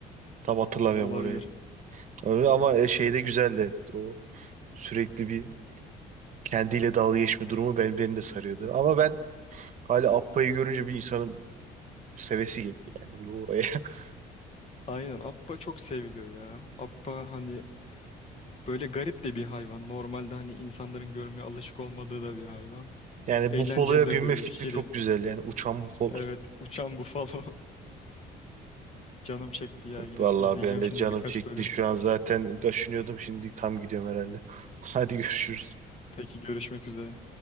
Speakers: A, on the right; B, on the left.
A: Tam hatırlamıyorum
B: Olabilir.
A: orayı. Öyle ama e, şey de güzeldi. O sürekli bir kendiyle dalga geçme durumu ben, beni de sarıyordu. Ama ben hala Appa'yı görünce bir insanın sevesi geliyor yani bir oraya. <laughs>
B: Aynen Appa çok seviliyor ya. Appa hani böyle garip de bir hayvan. Normalde hani insanların görmeye alışık olmadığı da bir hayvan.
A: Yani
B: Eğlenceli
A: bufaloya
B: de
A: binme
B: duruyor,
A: fikri
B: şirin.
A: çok güzel yani uçan bufalo.
B: Evet, uçan bufalo. <laughs> Canım çekti ya. Gidip
A: Vallahi
B: izleyeceğim
A: ben de
B: şimdi
A: canım
B: birkaç
A: çekti
B: bölüm.
A: şu an zaten kaşınıyordum şimdi tam gidiyorum herhalde. <laughs> Hadi görüşürüz.
B: Peki görüşmek üzere.